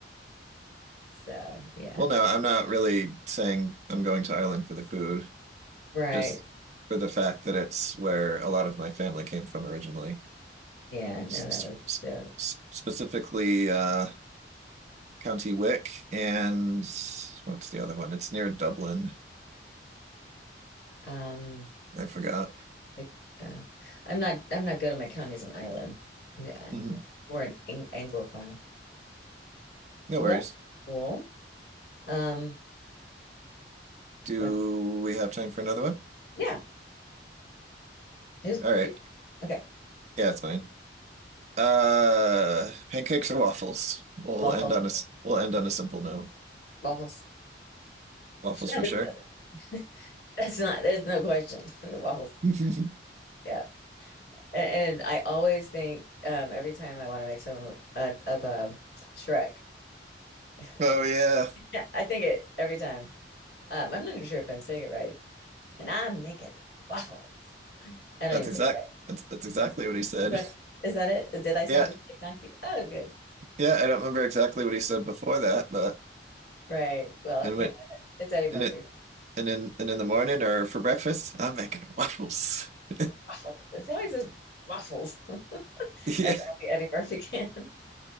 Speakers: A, on the left; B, on the right.
A: So, yeah.
B: Well, no, I'm not really saying I'm going to Ireland for the food.
A: Right.
B: just for the fact that it's where a lot of my family came from originally,
A: Yeah, no,
B: S-
A: that was
B: s-
A: a joke.
B: s- specifically uh, County Wick and what's the other one? It's near Dublin.
A: Um,
B: I forgot.
A: like, uh, I'm not I'm not good at my counties in Ireland. No, I know.
B: hmm
A: Or an ang Anglophile.
B: No
A: Well,
B: worries.
A: that's cool. Um,
B: Do
A: let's
B: we have time for another one?
A: yeah. Who's
B: All right.
A: you okay.
B: Yeah, it's fine. Uh, pancakes or waffles? We'll
A: Waffles.
B: end on a s- we'll end on a simple note.
A: Waffles. <laughs>
B: Waffles
A: That
B: for sure.
A: is, <laughs> that's not there's no question. <laughs> The waffles.
B: <laughs>
A: Yeah. And, and I always think um every time I want to make some uh, of a uh, Shrek. <laughs>
B: Oh yeah,
A: <laughs> Yeah, I think it every time. Um, I'm not even sure if I'm saying it right. And I make it waffles. I don't
B: that's
A: even
B: exact.
A: say it right.
B: That's that's exactly what he said.
A: Is that is that it? Did I sound
B: <laughs> Yeah.
A: just like donkey? Oh, good.
B: Yeah, I don't remember exactly what he said before that, but
A: Right. Well,
B: and
A: you
B: what
A: know, it's Eddie Murphy.
B: and it and in and in the morning or for breakfast, I'm making waffles. <laughs>
A: Waffles. It's how he says waffles. <laughs> That's
B: Yeah.
A: only Eddie Murphy can. <laughs>